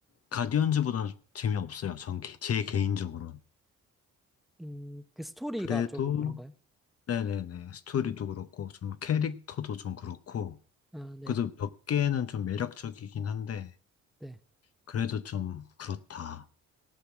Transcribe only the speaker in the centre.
음, 그 스토리가
조금 그런가요?
아, 네,
네.